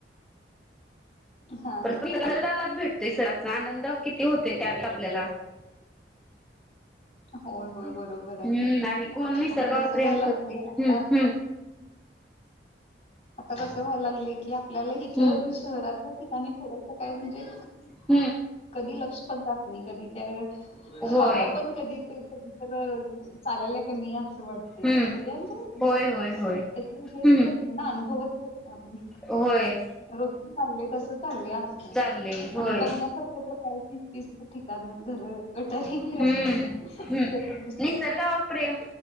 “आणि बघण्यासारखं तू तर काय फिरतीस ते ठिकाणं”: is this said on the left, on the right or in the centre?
Left